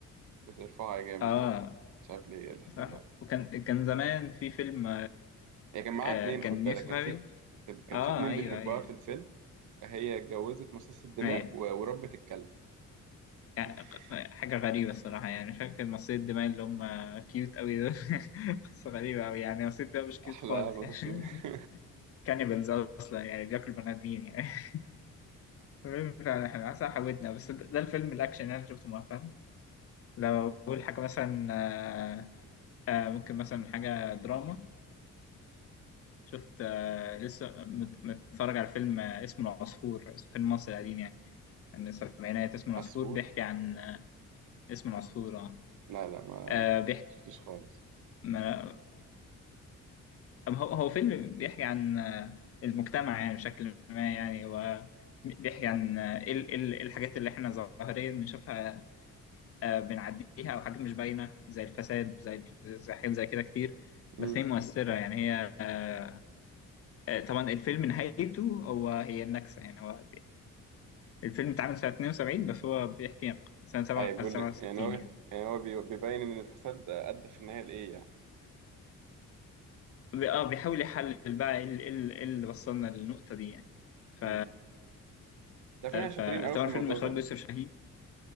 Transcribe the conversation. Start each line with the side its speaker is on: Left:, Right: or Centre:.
Right: بترفعها جامد
Left: اه
Right: أوي مش عارف ليه إيه اللي حصل
Left: صح
Right: لها
Left: وكان كان زمان في فيلم
Right: هي كان معاها
Left: آه
Right: اتنين
Left: كان
Right: خد بالك
Left: يوسف
Right: كان في كان
Left: اه
Right: في اتنين
Left: ايوه
Right: بيحبوها
Left: ايوه
Right: في الفيلم هي اتجوزت مصاص الدماء
Left: ايوه
Right: و- وربت الكلب
Left: يعني
Right: <laughs>
Left: ق- حاجة غريبة الصراحة يعني فاكر مصرية الدماء اللي هم كيوت أوي دول <laughs> قصة غريبة أوي يعني مصرية الدماء مش كيوت
Right: أحلى
Left: خالص
Right: مصاصين
Left: يعني
Right: <laughs>
Left: <laughs> كانيبالز أصلا يعني بياكلوا بني آدمين يعني <laughs> المهم فعلا احنا حسن حاولتنا بس ده ده الفيلم الأكشن اللي أنا شفته مؤخرا لو أقول حاجة مثلا آه، آه، ممكن مثلا حاجة دراما شفت آه، لسه مت- متفرج على فيلم آه، اسمه العصفور فيلم مصري قديم يعني من السبعينات اسمه العصفور
Right: عصفور
Left: بيحكي عن آه، اسمه العصفور اه
Right: لا لا ما
Left: آه، بيحكي
Right: شفتوش خالص
Left: ما أم هو هو فيلم بيحكي عن آه، المجتمع يعني بشكل ما يعني هو بيحكي عن آه، ال ال الحاجات اللي احنا ظاهريا بنشوفها آه، بنعديها او حاجات مش باينة زي الفساد زي زي حاجات زي كده كتير
Right: مم.
Left: بس هي مؤثرة يعني هي آه، آه، طبعا الفيلم نهايته هو هي النكسة يعني هو الفيلم اتعمل سنة 72 بس هو بيحكي سنة 7
Right: أي بيقول
Left: 67
Right: يعني هو
Left: يعني
Right: يعني هو بي- بيبين إن الفساد أدى في النهاية لإيه يعني
Left: بي- اه بيحاول يحلل بقى ايه ال- ال- إيه اللي وصلنا للنقطة دي يعني ف
Right: مم. تعرف
Left: فطبعا
Right: إن احنا شاطرين أوي في الموضوع
Left: فيلم إخراج
Right: ده
Left: يوسف شاهين